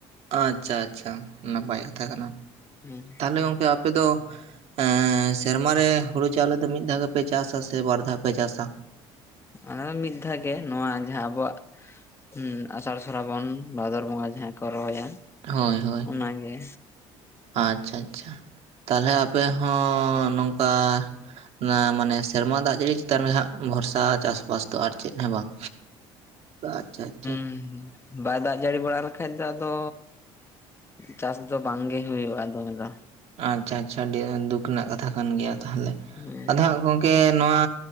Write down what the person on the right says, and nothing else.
ᱟᱪᱪᱷᱟ ᱟᱪᱪᱷᱟ ᱱᱟᱯᱟᱭ ᱠᱟᱛᱷᱟ ᱠᱟᱱᱟ
ᱛᱟᱦᱚᱞᱮ ᱜᱚᱝᱠᱮ ᱟᱯᱮ ᱫᱚᱼᱼ ᱮᱸᱻ ᱥᱮᱨᱢᱟ ᱨᱮ ᱦᱩᱲᱩ ᱪᱟᱣᱞᱮ ᱫᱚ ᱢᱤᱫ ᱫᱷᱟᱣ ᱜᱮᱯᱮ ᱪᱟᱥᱟ ᱥᱮ ᱵᱟᱨ ᱫᱷᱟᱣ ᱯᱮ ᱪᱟᱥᱟ?
ᱦᱳᱭ ᱦᱳᱭ᱾
ᱟᱪᱪᱷᱟ ᱟᱪᱪᱷᱟ ᱛᱟᱞᱦᱮ ᱟᱯᱮ ᱦᱚᱸ ᱱᱚᱝᱠᱟᱼᱼ ᱱᱟ ᱢᱟᱱᱮ ᱥᱮᱨᱢᱟ ᱫᱟᱜ ᱡᱟᱹᱲᱤ ᱪᱮᱛᱟᱱ ᱨᱮ ᱦᱟᱸᱜ ᱵᱷᱚᱨᱥᱟ ᱪᱟᱥᱵᱟᱥᱼᱼ ᱛᱚ ᱟᱨ ᱪᱮᱫ ᱦᱚᱸ ᱵᱟᱝ, ᱛᱚ ᱟᱪᱪᱷᱟ ᱟᱪᱪᱷᱟ᱾
ᱟᱪᱪᱷᱟ ᱟᱪᱪᱷᱟ ᱟᱹᱰᱤ ᱫᱩᱠ ᱨᱮᱱᱟᱜ ᱠᱟᱛᱷᱟ ᱠᱟᱱ ᱜᱮᱭᱟ ᱛᱟᱦᱚᱞᱮ
ᱟᱫᱚ ᱦᱟᱸᱜ ᱜᱚᱝᱼᱼ ᱠᱮ ᱱᱚᱣᱟ